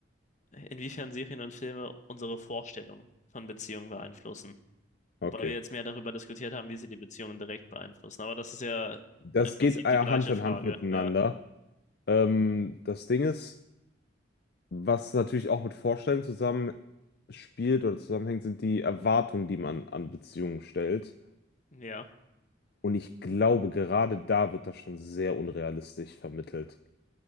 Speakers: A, on the left (about 40°); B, on the left (about 55°).
A: inwiefern Serien und Filme unsere Vorstellung von Beziehungen beeinflussen. Wobei
B: Okay.
A: wir jetzt mehr darüber diskutiert haben, wie sie die Beziehungen direkt beeinflussen. Aber das ist ja
B: Das
A: im Prinzip
B: geht äh,
A: die gleiche
B: Hand in
A: Frage.
B: Hand miteinander.
A: Ja,
B: Ähm, das Ding ist, Was natürlich auch mit Vorstellungen zusammen spielt oder zusammenhängt, sind die Erwartungen, die man an Beziehungen stellt.
A: ja,
B: Und ich glaube, gerade da wird das schon sehr unrealistisch vermittelt.